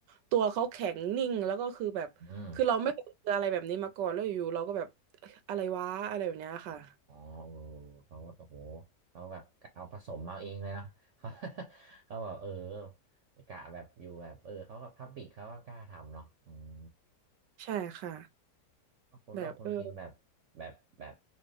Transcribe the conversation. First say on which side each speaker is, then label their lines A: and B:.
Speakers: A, on the right; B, on the right.
A: ตัวเขาแข็งนิ่งแล้วก็คือแบบคือเราไม่เคยเจออะไรแบบนี้มาก่อนแล้วอยู่ๆเราก็แบบอะอะไรวะอะไรแบบเนี้ยค่ะ
B: อืมอ๋ออ๋อเออเขาโอ้โหเขาแบบเอาผสมมาเองเลยเนาะ <laughs> เขา <laughs> เขาแบบเออกะแบบอยู่แบบเออเขาก็พับบิกเขาก็กล้าทำเนาะอืม
A: ใช่ค่ะ
B: แล้วคุณแล้วคุณพิมพ์แบบแบบแบบ
A: แบบเออ